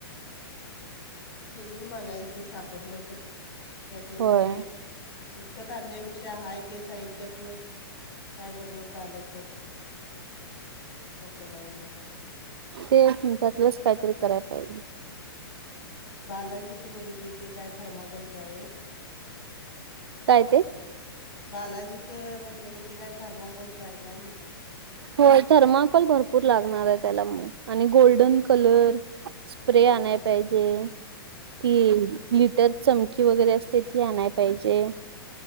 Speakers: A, on the left; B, on the right.
A: शोधून बघायचं सापडलं तर, त्यातनच
B: होय
A: म्हणजे विकत आणण्यापेक्षा हाय ते साहित्यातनच काय बनवता आलं तर, डोकं लावून जरा.
B: ते एक <unintelligible> दिवस काहीतरी कराय पाहिजे.
A: बालाजीचं बघितलंय, ते काय थर्माकॉलचं हाय व्हय?
B: काय ते?
A: बालाजीचं म्हणतासा ते काय थर्माकॉलचं आहे काय म्हटलं.
B: होय थर्माकॉल भरपूर लागणार आहे त्याला मग आणि गोल्डन कलर स्प्रे
A: हा
B: आणाय
A: हा.
B: पाहिजे. ती लिटर चमकी वगैरे असते, ती आणाय पाहिजे.